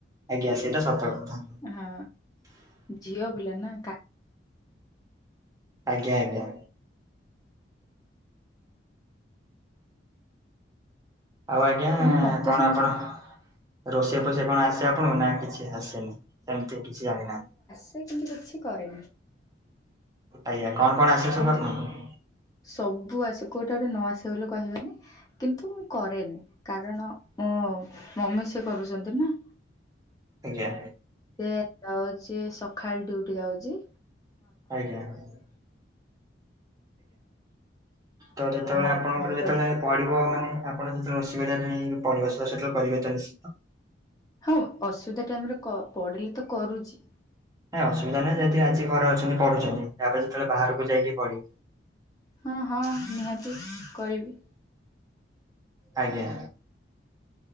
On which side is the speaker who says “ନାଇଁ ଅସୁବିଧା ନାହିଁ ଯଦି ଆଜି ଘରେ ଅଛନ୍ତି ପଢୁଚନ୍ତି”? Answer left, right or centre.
Right